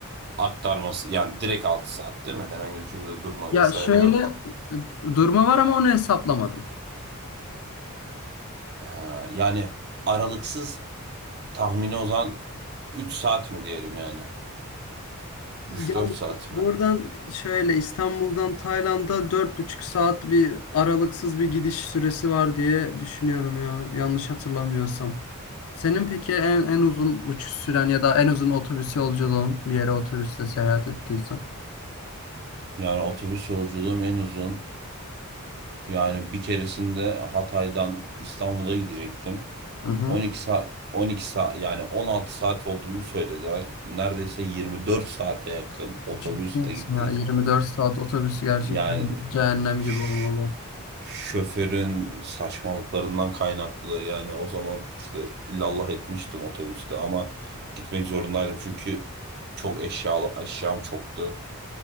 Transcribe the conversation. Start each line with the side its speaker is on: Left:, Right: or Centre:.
Right: aktarması yani direkt 6 saat değil mi? Herhangi bir şekilde durma
Left: Ya
Right: vesaire
Left: şöyle
Right: yok.
Left: durma var ama onu hesaplamadım.
Right: Ha, yani aralıksız tahmini o zaman 3 saat mi diyelim yani?
Left: Yani
Right: üç dört saat
Left: buradan
Right: mi?
Left: şöyle İstanbul'dan Tayland'a dört buçuk saat bir aralıksız bir gidiş süresi var diye düşünüyorum ya yanlış hatırlamıyorsam. Senin peki en, en uzun uçuş süren ya da en uzun otobüs yolculuğun bir yere otobüste seyahat ettiysen?
Right: Yani otobüs yolculuğum en uzun. Yani bir keresinde Hatay'dan İstanbul'a gidecektim.
Left: Hı hı.
Right: 12 saat 12 saat yani 16 saat olduğunu söylediler. Neredeyse 24 saate yakın otobüsle
Left: Ciddi misin
Right: gittik.
Left: ya? 24 saat otobüs gerçekten
Right: Yani
Left: cehennem
Right: ş-
Left: gibi olmalı.
Right: şoförün saçmalıklarından kaynaklı yani o zaman işte illallah etmiştim otobüste ama gitmek zorundaydım çünkü çok eşyalı eşyam çoktu